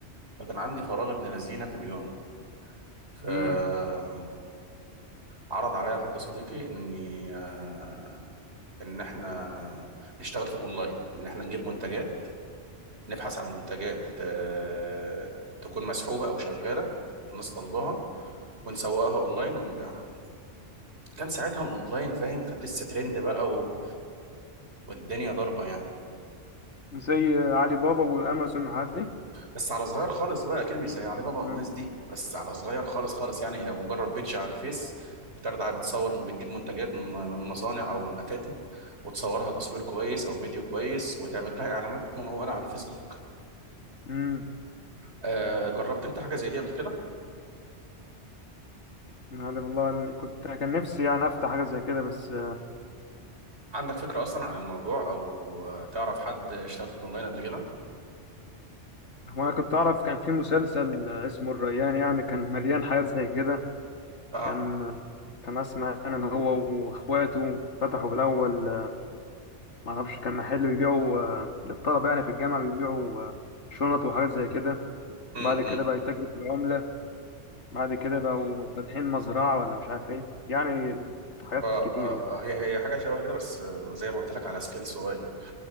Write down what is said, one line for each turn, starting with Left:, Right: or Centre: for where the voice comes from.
Right: فكان عندي فراغ ابن لذينه في اليوم فعرض
Left: امم
Right: عليا حد صديقي اني آه، ان احنا نشتغل في الاونلاين ان احنا نجيب منتجات نبحث عن منتجات آه، تكون مسحوبة او شغالة الناس طالباها ونسوقها اونلاين ونبيعها كان ساعتها الاونلاين فاهم كان لسه ترند بقى و... والدنيا ضاربة يعني
Left: زي علي بابا وأمازون والحاجات دي
Right: بس على صغير خالص بقى اكيد مش زي علي بابا والناس
Left: امم
Right: دي بس على صغير خالص خالص يعني هي مجرد بيدج على الفيس بتعرض على بتصور بتجيب منتجات من من مصانع او من مكاتب وتصورها تصوير كويس او فيديو كويس وتعمل لها اعلانات ممولة على الفيسبوك
Left: امم
Right: آه، جربت انت حاجة زي دي قبل كده؟
Left: يعني والله ال- كنت كان نفسي يعني أفتح حاجة زي كده بس
Right: عندك فكرة أصلا عن الموضوع أو آه، تعرف حد اشتغل في الأونلاين قبل كده؟
Left: هو انا كنت اعرف كان في مسلسل اسمه الريان يعني كان مليان حاجات زي كده
Right: اه
Left: كان كان اسمع انا ان هو واخواته فتحوا بالاول ما اعرفش كان محل بيبيعوا آه، للطلبه يعني في الجامعه بيبيعوا آه، شنط وحاجات زي كده
Right: امم
Left: بعد كده بقى يتاجروا في العمله بعد كده بقوا فاتحين مزرعه ولا مش عارف ايه يعني حاجات
Right: آه,
Left: كتير
Right: اه
Left: يعني
Right: اه هي هي حاجة شبه كده بس آه، زي ما قلت لك على سكيل صغير